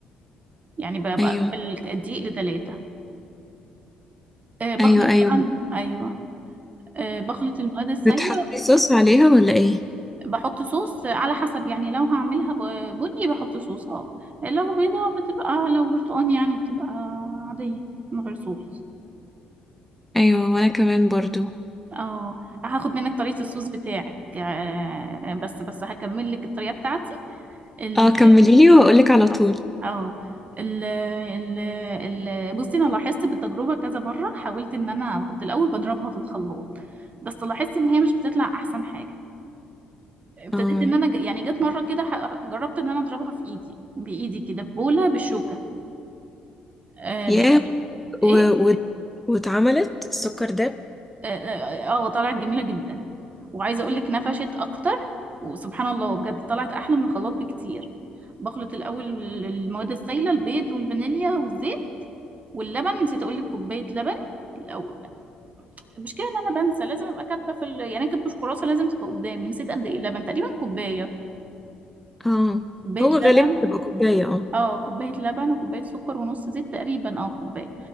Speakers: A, on the right; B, in the centre.
A: يعني بقى
B: ايوه
A: بقى الدقيق لتلاتة آه، بخلط
B: ايوه ايوه
A: بقى ايوه آه، بخلط المواد السائلة
B: بتحطي صوص عليها ولا ايه
A: بحط صوص آه، على حسب يعني لو هعملها ب- بني بحط صوص اه لو بيضة بتبقى لو برتقان يعني بتبقى عادية من غير صوص
B: ايوه وانا كمان برضو
A: اه هاخد منك طريقة الصوص بتاعك آه، بس بس هكمل لك الطريقة بتاعتي ال
B: اه كمليلي واقولك على طول
A: اه آه، ال ال ال بصي انا لاحظت بالتجربه كذا مره حاولت ان انا كنت الاول بضربها في الخلاط بس لاحظت ان هي مش بتطلع احسن حاجه ابتديت
B: اه
A: ان انا ج- يعني جت مره كده ح- جربت ان انا اضربها في ايدي بايدي كده في بوله بالشوكه آه
B: يا
A: لا ايه
B: و... و... واتعملت السكر داب
A: اه آه، آه، طلعت جميله جدا وعايزه اقول لك نفشت اكتر وسبحان الله بجد طلعت احلى من الخلاط بكتير بخلط الاول المواد السائله البيض والفانيليا والزيت واللبن نسيت اقول لك كوبايه لبن الأول المشكله ان انا بنسى لازم ابقى كاتبه في ال... يعني أنا كاتبه في كراسه لازم تبقى قدامي نسيت قد ايه اللبن تقريبا كوبايه
B: اه
A: كوبايه
B: هو
A: لبن
B: غالبا بتبقى كوباية اه
A: اه كوباية لبن وكوباية سكر ونص زيت تقريبا او كوباية